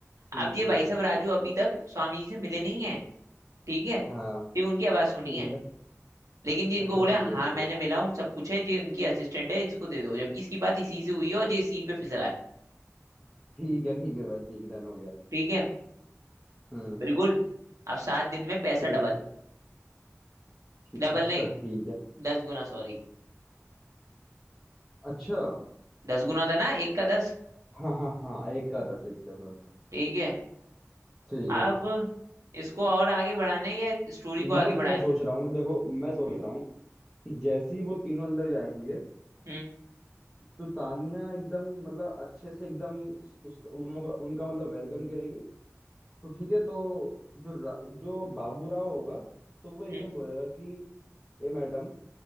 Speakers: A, in the centre; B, on the right (about 80°).
A: ठीक
B: अब ये भाई
A: है
B: साहब राजू अभी तक स्वामी जी से मिले नहीं है ठीक है सिर्फ
A: हाँ
B: उनकी आवाज सुनी
A: ठीक
B: है
A: है
B: लेकिन जी इनको
A: अच्छा
B: बोले
A: ठीक
B: हाँ
A: है ठीक
B: मैंने
A: है
B: मिला हूँ सब कुछ है जी उनकी असिस्टेंट है इसको दे दो जबकि इसकी बात इसी से हुई है और जी इसी पे फिसला है
A: ठीक है ठीक है भाई ठीक है डन हो गया
B: ठीक है
A: हम्म
B: बिल्कुल अब सात दिन में पैसा
A: ठीक
B: डबल
A: है ठीक
B: डबल
A: अच्छा
B: नहीं
A: ठीक है
B: दस गुना सॉरी
A: अच्छा
B: दस गुना था ना एक का दस
A: हाँ हाँ हाँ एक का था एक का था
B: ठीक है
A: ठीक
B: अब
A: है
B: इसको और आगे बढ़ाने या स्टोरी को आगे
A: मैं
B: बढ़ाएं
A: क्या सोच रहा हूँ देखो मैं सोच
B: हम्म
A: रहा हूँ कि जैसे ही वो तीनों अंदर जाएंगे
B: हम्म
A: तो तानिया एकदम मतलब अच्छे से एकदम उसका उनका उनका मतलब वेलकम करेगी तो ठीक है तो जो रा, जो बाबू राव होगा तो वो एकदम
B: हम्म
A: बोलेगा कि ए मैडम